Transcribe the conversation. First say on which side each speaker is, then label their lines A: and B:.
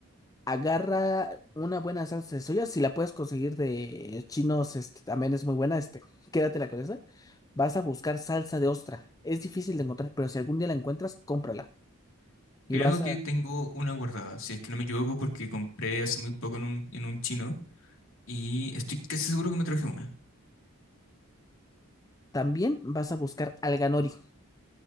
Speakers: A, on the left; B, on the left.
A: Agarra una buena salsa de soya, si la puedes conseguir de chinos, este también es muy buena, este, quédatela con esa. Vas a buscar salsa de ostra. Es difícil de encontrar, pero si algún día la encuentras, cómprala. Y
B: Creo
A: vas a,
B: que tengo una guardada, si es que no me equivoco, porque compré hace muy poco en un, en un chino y estoy casi seguro que me traje una.
A: también vas a buscar alga nori.